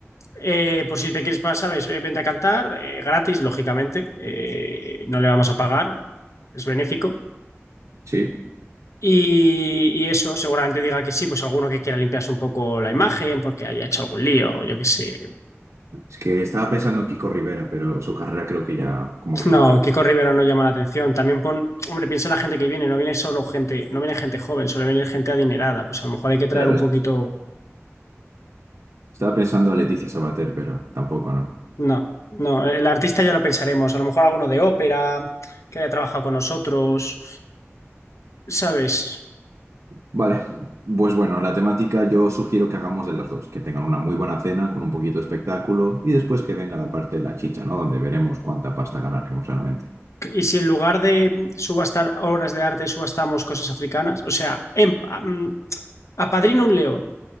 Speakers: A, on the left; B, on the right.
A: Eh, por si te quieres pasar, ¿sabes? Eh, Vente a cantar, eh, gratis, lógicamente. eh, no le vamos a pagar, es benéfico.
B: Sí.
A: Y, y eso seguramente diga que sí, pues alguno que quiera limpiarse un poco la imagen porque haya hecho algún lío, yo qué sé.
B: Es que estaba pensando en Kiko Rivera, pero su carrera creo que ya, como que
A: No,
B: no, ¿verdad?
A: Kiko Rivera no llama la atención. También pon, hombre, piensa en la gente que viene, no viene solo gente, no viene gente joven, suele venir gente adinerada. Pues a lo mejor hay que traer
B: Claro,
A: un poquito
B: es- que- estaba pensando en Leticia Sabater, pero tampoco, ¿no?
A: No, no, el artista ya lo pensaremos. A lo mejor alguno de ópera que haya trabajado con nosotros, ¿sabes?
B: Vale, pues bueno, la temática yo sugiero que hagamos de las dos, que tengan una muy buena cena con un poquito de espectáculo y después que venga la parte de la chicha, ¿no? Donde veremos cuánta pasta ganaremos realmente.
A: Y si en lugar de subastar obras de arte subastamos cosas africanas, o sea, em- am- apadrina un león,